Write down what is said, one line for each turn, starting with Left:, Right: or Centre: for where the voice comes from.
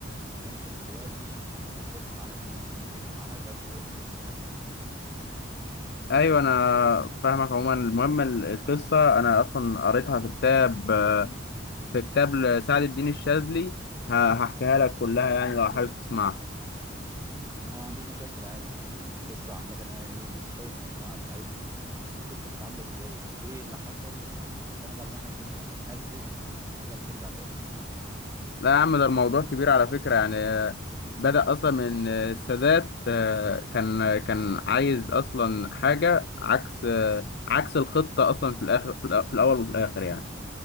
Right: كان ممكن دلوقتي ما نبقاش بس معانا سيناء كان ممكن يبقى معانا غزة والقدس كمان
Left: أيوة أنا فاهمك عموما المهم ال- القصة أنا أصلا قريتها في كتاب في كتاب لسعد الدين الشاذلي ه- هحكيها لك كلها يعني لو حابب تسمعها
Right: انا ما عنديش مشاكل عادي انا القصه عامه يعني ايه متشوق ان اسمعها عشان عايز اشوف القصه كانت عامله ازاي يعني ايه اللي حصل خلانا بعد ما احنا كنا هنتقدم فجاه بنرجع لورا
Left: لا يا عم ده الموضوع كبير على فكرة يعني آه، بدأ أصلا من آه، السادات آه، كان كان عايز أصلا حاجة عكس آه، عكس الخطة أصلا في الآخر في الأ- في الأول وفي الآخر يعني